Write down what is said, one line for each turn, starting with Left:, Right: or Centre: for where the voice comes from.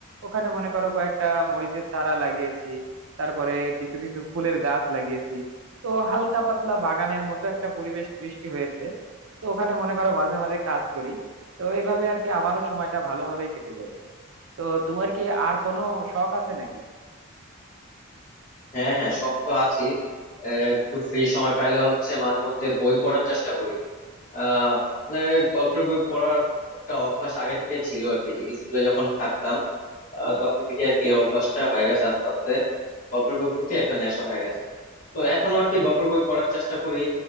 Right: ওখানে মনে করো কয়েকটা মরিচের চারা লাগিয়েছি তারপরে কিছু কিছু ফুলের গাছ লাগিয়েছি তো হালকা পাতলা বাগানের মতো একটা পরিবেশ সৃষ্টি হয়েছে তো ওখানে মনে করো মাঝে মাঝে কাজ করি তো এইভাবে আর কি আমারও সময়টা ভালোভাবে কেটে যায় তো তোমার কি আর কোনো শখ আছে নাকি
Left: হ্যাঁ হ্যাঁ শখ তো আছে আহ, একটু ফ্রি সময় পাইলে হচ্ছে মাঝে মধ্যে বই পড়ার চেষ্টা করি আহ মানে গল্পের বই পড়ার একটা অভ্যাস আগে থেকেই ছিল আর কি যে স্কুলে যখন থাকতাম আহ, তখন থেকে আর কি এই অভ্যাসটা হয়ে গেছে আস্তে আস্তে গল্পের বই প্রতি একটা নেশা হয়ে গেছে তো এখনো আর কি গল্পের বই পড়ার চেষ্টা করি